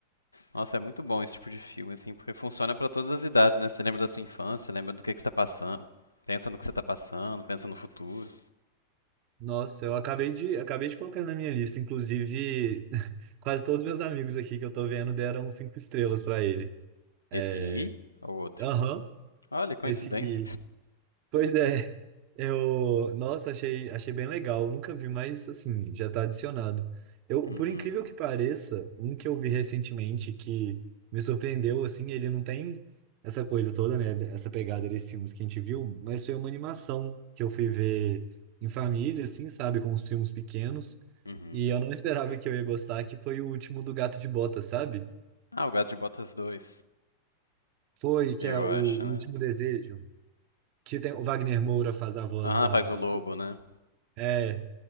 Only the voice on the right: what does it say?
Nossa, eu acabei de, acabei de colocar ele na minha lista. Inclusive, <laughs> quase todos os meus amigos aqui que eu tô vendo deram cinco estrelas pra ele. É,
Aham,
esse. Pois é, eu, nossa, achei, achei bem legal. Eu nunca vi, mas assim, já tá adicionado. Eu,
por incrível que pareça, um que eu vi recentemente que me surpreendeu, assim, ele não tem essa coisa toda, né? Essa pegada desses filmes que a gente viu, mas foi uma animação que eu fui ver em família, assim, sabe, com os primos pequenos.
E eu não esperava que eu ia gostar, que foi o último do Gato de Bota, sabe?
Foi, que
é o,
o
Último Desejo, que tem, o Wagner Moura faz a voz
da,
da...
É.